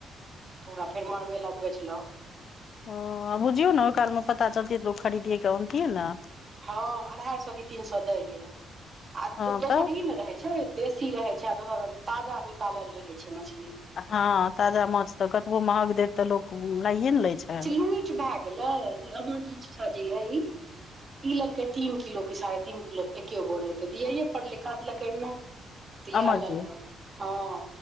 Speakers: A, on the right (about 35°); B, on the left (about 55°).
A: <unintelligible> तऽ ओकरा फेर मनबेलक बेचलक
B: ओ बुझियौ ने ओइ काल मे पता चलतै तऽ लोक खरीदए के अनतै न
A: हँ अढ़ाई सए की तीन सए दै य आ
B: हँ
A: दोसर
B: तऽ
A: ई ने रहै छै देसी रहे छै आ दोसर ताजा निकालल रहे छै मछली
B: हँ ताजा माछ तऽ कतबो महग देत तऽ लोक लाइए ने लै छै
A: <unintelligible> <unintelligible> ई लेलकै तीन किलो के साढ़े तीन किलो के एके गो रहे ते लिये पड़ले काटलके यर नै
B: <inaudible>
A: तऽ यैह लल
B: जी
A: हक हाँ